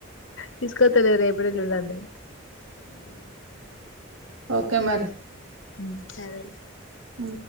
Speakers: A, on the left; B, on the right.
A: తీస్కోతలే రేప్ ఎల్లుండని
B: ఉమ్ ఓకే మరి
A: ఊ సరే
B: ఊ